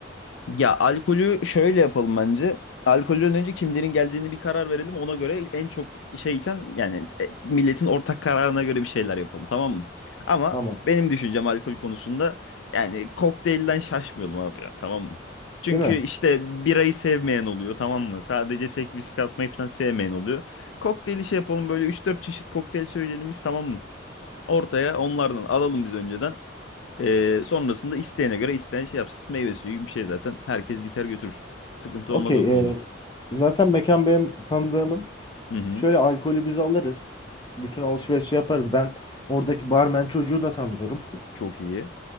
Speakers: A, on the left; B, on the left.
A: Ya alkolü şöyle yapalım bence. Alkolden önce kimlerin geldiğini bir karar verelim. Ona göre en çok şey içen yani e, milletin ortak kararına göre bir şeyler yapalım tamam mı? Ama
B: Tamam.
A: benim düşüncem alkol konusunda yani kokteylden şaşmıyorum abi ya tamam mı? Çünkü
B: Değil mi?
A: işte birayı sevmeyen oluyor tamam mı? Sadece sek viski atmayı falan sevmeyen oluyor. Kokteyli şey yapalım böyle üç dört çeşit kokteyl söyleyelim biz tamam mı? Ortaya onlardan alalım biz önceden. Ee, sonrasında isteyene göre isteyen şey yapsın. Meyve suyu gibi bir şey zaten. Herkes diker götürür. Sıkıntı
B: Okey.
A: olmaz o konuda.
B: e, zaten mekan benim tanıdığımın.
A: Hı hı.
B: Şöyle alkolü biz alırız. Bütün alışverişi yaparız. Ben oradaki barmen çocuğu da tanıyorum.
A: Çok iyi.